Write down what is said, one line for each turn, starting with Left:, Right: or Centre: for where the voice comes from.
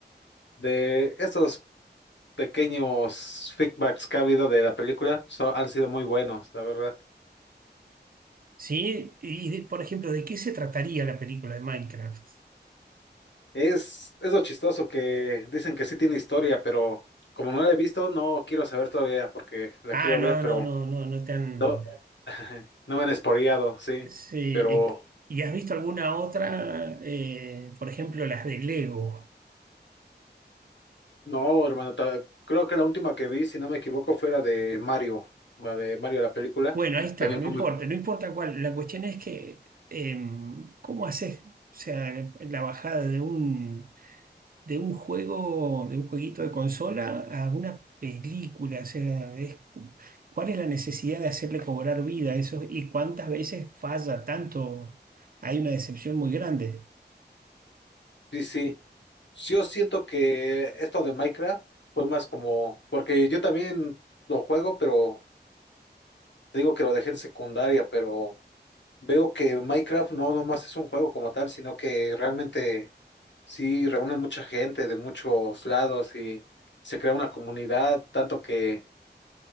Left: de esos pequeños feedbacks que ha habido de la película, so- han sido muy buenos, la verdad.
Right: sí, y de- por ejemplo, ¿de qué se trataría la película de Minecraft?
Left: Es, es lo chistoso que dicen que sí tiene historia, pero como no la he visto, no quiero saber todavía porque la
Right: Ah,
Left: quiero
Right: no,
Left: ver, pero
Right: no, no, no, no te han...
Left: no, <laughs> no me han spoileado, sí.
Right: Sí,
Left: Pero
Right: eh, ¿y has visto alguna otra? eh, por ejemplo, las de Lego.
Left: No, hermano, ta- creo que la última que vi, si no me equivoco, fue la de Mario, la de Mario la película.
Right: Bueno, ahí está,
Left: También
Right: no
Left: fue
Right: importa,
Left: muy...
Right: no importa cuál. La cuestión es que, em, ¿cómo haces? O sea, la bajada de un, de un juego, de un jueguito de consola a una película. O sea, es- ¿cuál es la necesidad de hacerle cobrar vida a eso? ¿Y cuántas veces falla tanto? Hay una decepción muy grande.
Left: Sí, sí. Yo siento que esto de Minecraft fue más como, porque yo también lo juego, pero te digo que lo dejé en secundaria, pero veo que Minecraft no nomás es un juego como tal, sino que realmente sí reúne mucha gente de muchos lados y se crea una comunidad, tanto que...